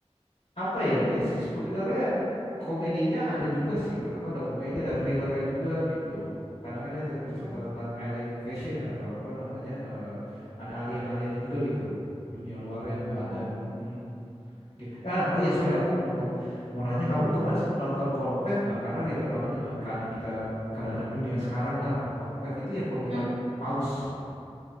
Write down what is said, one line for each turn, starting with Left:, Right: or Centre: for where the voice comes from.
Left: apa ya? Dia sih sebenarnya komedinya ada juga sih menurut aku ada komedi, ada thrillernya juga gitu. Karena kan dia ter- bercerita
Right: Oh,
Left: tentang alien invasion ya atau apa namanya eh, ada alien-aliennya juga gitu. Dunia luarnya juga
Right: oh.
Left: ada. Mm-mm. Gi- Ah, oh iya sorry aku mau mau mau nanya kamu kemarin sempat nonton Conclave nggak? Karena relate banget dengan keadaan kita keadaan dunia sekarang lah. Conclave itu yang pemilihan
Right: Hmm,
Left: paus.